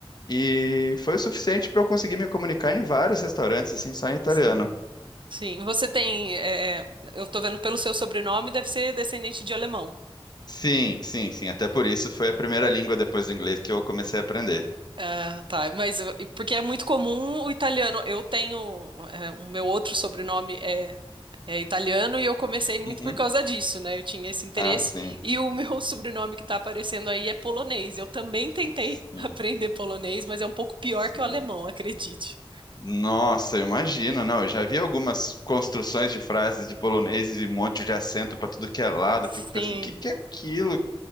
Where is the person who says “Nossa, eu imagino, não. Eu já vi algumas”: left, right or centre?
Left